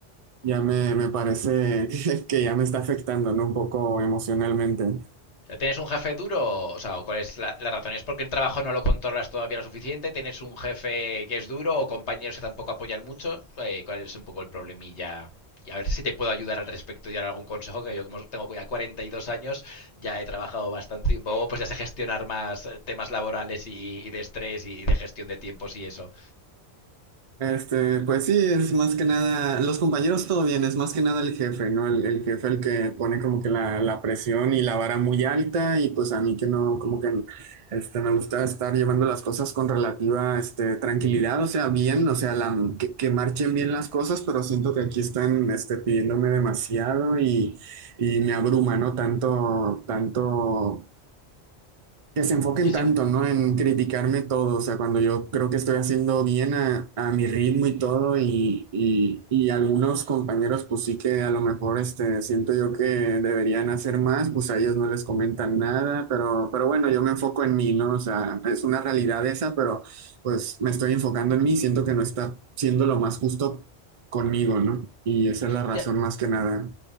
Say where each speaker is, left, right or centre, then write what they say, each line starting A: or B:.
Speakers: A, on the right; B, on the left.
A: ya me, me parece <laughs> que ya me está afectando, ¿no? Un poco emocionalmente.
B: ¿Tienes un jefe duro? O sea, ¿o ¿cuál es la, la razón? ¿Es porque el trabajo no lo controlas todavía lo suficiente? ¿Tienes un jefe que es duro o compañeros que tampoco apoyan mucho? Eh, ¿Cuál es un poco el problemilla? Y a ver si te puedo ayudar al respecto y dar algún consejo, que yo como tengo ya 42 años, ya he trabajado bastante tiempo, pues ya sé gestionar más eh, temas laborales y, y de estrés y de gestión de tiempos y eso.
A: Este, pues sí, es más que nada, los compañeros todo bien, es más que nada el jefe, ¿no? El, el jefe el que pone como que la, la presión y la vara muy alta y pues a mí que no, como que este, me gusta estar llevando las cosas con relativa este, tranquilidad, o sea, bien, o sea, la, que, que marchen bien las cosas, pero siento que aquí están este, pidiéndome demasiado y, y me abruma, ¿no? Tanto, tanto que se enfoquen
B: Sí, sí.
A: tanto, ¿no? En criticarme todo, o sea, cuando yo creo que estoy haciendo bien a, a mi ritmo y todo, y, y, y algunos compañeros, pues sí que a lo mejor, este, siento yo que deberían hacer más, pues a ellos no les comentan nada, pero, pero bueno, yo me enfoco en mí, ¿no? O sea, es una realidad esa, pero pues me estoy enfocando en mí, siento que no está siendo lo más justo conmigo, ¿no? Y esa es la razón
B: Ya,
A: más que nada.